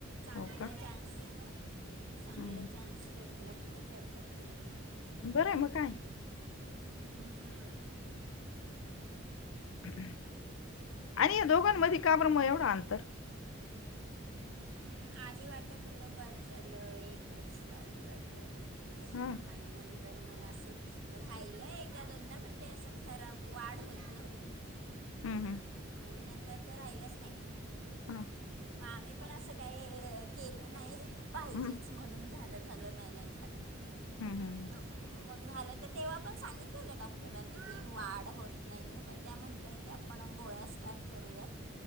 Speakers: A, on the left; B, on the right.
A: हो
B: चांगला
A: का
B: चान्स चांगला
A: हम्म
B: चान्स भेटला की ते करतात चेंज.
A: बरं आहे मग काय.
B: हम्म
A: आणि या दोघांमध्ये का बरं मग एवढं आंतर
B: हम्म, आधी वाटत होत बस झालं एकच बस झालं.
A: हम्म
B: आणि नंतर मग असंच. राहिलं एकदा दोनदा पण ते असं खराब वाढ होत नव्हती.
A: हम्म हम्म.
B: आणि नंतर तर राहिलंच नाही
A: हा
B: मग आम्ही पण असं. काय केलं नाही पाहिजेच
A: हम्म हम्म
B: म्हणून झालं झालं नाही नाही झालं.
A: हम्म
B: <inaudible> मग झालं तर तेव्हा पण सांगितलेलं डॉक्टरांनी की वाढ होत नाही आहे पण त्या म्हटलंय की आपण. गोळ्या स्टार्ट करूयात